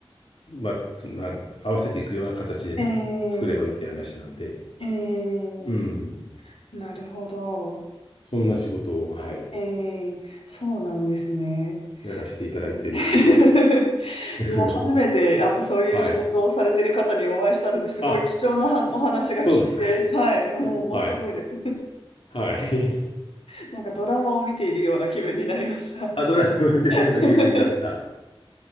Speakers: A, on the left (about 70°); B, on the left (about 85°).
A: まあ、つなん合わせていくような形でね、
B: ええ
A: 作ればいいって話なんで、
B: ええ
A: うん。
B: なるほど。
A: そんな仕事を、はい。
B: ええそうなんですね。
A: やらせていただいています。
B: うん <laughs>、
A: <laughs>
B: いや、初めて、あの、そういう仕事をされてる方にお会いしたので、
A: はい。
B: すごい貴重なはお話が聞いて、
A: あ、そうですか。
B: はい、もう面白いです。
A: はい。はい。
B: <laughs> なんかドラマを見ているような気分になりました。
A: <laughs> あ、ドラマ見てるような気分になった。
B: <laughs>